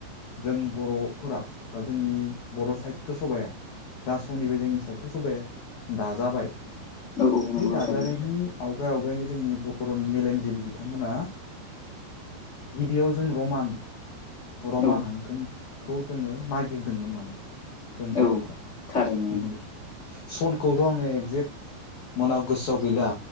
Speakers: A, on the left; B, on the left.
A: जों बर'फोरा बा जोंनि बर' साहित्य सभाया जा समनिफ्राय जोंनि साहित्य सभाया दाजाबाय
B: औ औ नंगौ
A: बै दाजानायनि
B: थारैनो
A: आवगाय आवगायनो जोंनि बर'नि मेलेमजिबि बिथांमोना गिबियाव जों रमान रमान
B: औ
A: हांखोनिखौ जोङो नागिरदोंमोन माने जों बर'फोरा
B: औ थारैनो
A: गिबियाव सनखौथ' आंङो एगजेक्ट मोनायाव गोसोआव गैला